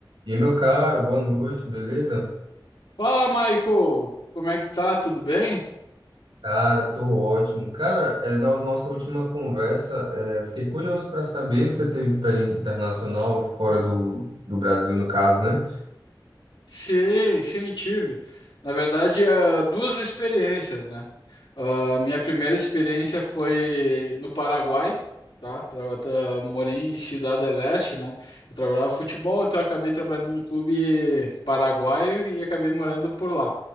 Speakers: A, on the right; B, on the left.
A: E aí, meu caro, boa noite, beleza?
B: Fala, Michael! Como é que tá? Tudo bem?
A: Cara, tô ótimo. Cara, é, na nossa última conversa, é, eu fiquei curioso para saber, você teve experiência internacional fora do, do Brasil, no caso, né?
B: Sim, sim, tive. Na verdade, ah, duas experiências, né? A minha primeira experiência foi no Paraguai, tá? Tra- tra- morei em Ciudad del Este, né? Eu trabalhava futebol, então eu acabei trabalhando num clube paraguaio e acabei morando por lá.